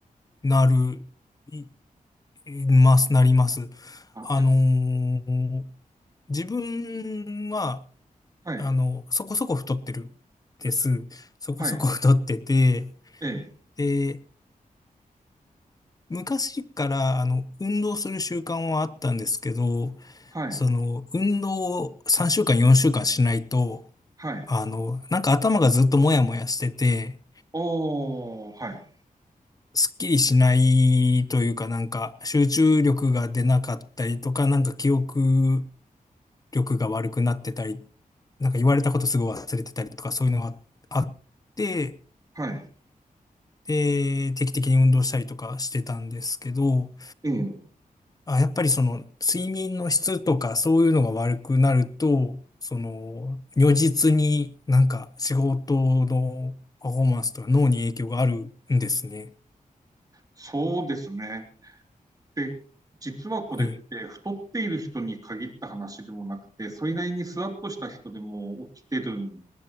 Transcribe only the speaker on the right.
あ、
はい、
はい、ええ、
はい、
はい、
おー、はい、
はい。
ええ、
そうですね。で、実はこれって太っている人に限った話でもなくて、
それなりにスワッとした人でも起きてるん